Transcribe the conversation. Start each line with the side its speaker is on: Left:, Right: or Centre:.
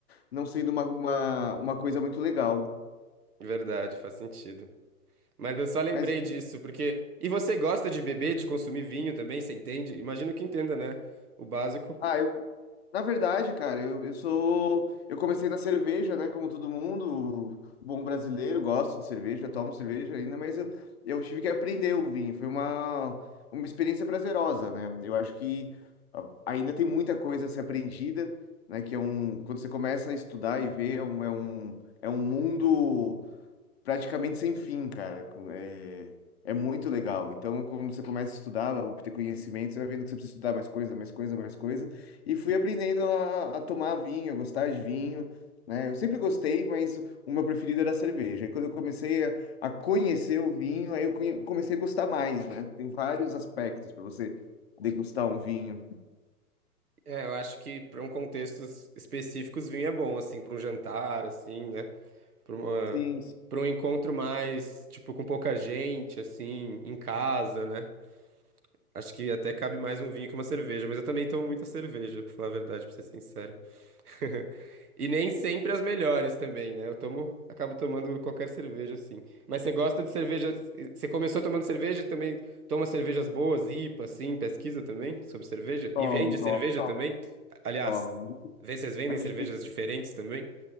Left: não sendo uma, uma, uma coisa muito legal.
Right: Verdade, faz sentido. Mas eu só lembrei
Left: Mas,
Right: disso, porque. E você gosta de beber, de consumir vinho também, você entende? Imagino que entenda, né? O básico.
Left: ah, eu Na verdade, cara, eu, eu sou. Eu comecei na cerveja, né? Como todo mundo, bom brasileiro, gosto de cerveja, tomo cerveja ainda, mas eu, eu tive que aprender o vinho. Foi uma, uma experiência prazerosa, né? Eu acho que ah, ainda tem muita coisa a ser aprendida, né? Que é um. Quando você começa a estudar e ver, é um, é um, é um mundo praticamente sem fim, cara. É, é muito legal. Então, quando você começa a estudar, a obter conhecimento, você vai vendo que você precisa estudar mais coisa, mais coisa, mais coisa. E fui aprendendo a, a tomar vinho, a gostar de vinho, né? Eu sempre gostei, mas o meu preferido era a cerveja. E quando eu comecei a, a conhecer o vinho, aí eu conhe- comecei a gostar mais, né? Tem vários aspectos para você degustar um vinho.
Right: É, eu acho que para um contextos específicos, vinho é bom, assim, para um jantar, assim, né? Para uma...
Left: Sim, sim.
Right: para um encontro mais, tipo, com pouca gente, assim, em casa, né? Acho que até cabe mais um vinho que uma cerveja, mas eu também tomo muita cerveja, pra falar a verdade, pra ser sincero. <laughs> E nem sempre as melhores também, né? Eu tomo, acabo tomando qualquer cerveja assim. Mas você gosta de cerveja? Você começou tomando cerveja e também toma cervejas boas, IPA, assim, pesquisa também sobre cerveja?
Left: Tomo,
Right: E vende cerveja
Left: tomo, tomo,
Right: também? Aliás,
Left: tomo.
Right: vê se vocês vendem
Left: A
Right: cervejas
Left: gente vende
Right: diferentes também?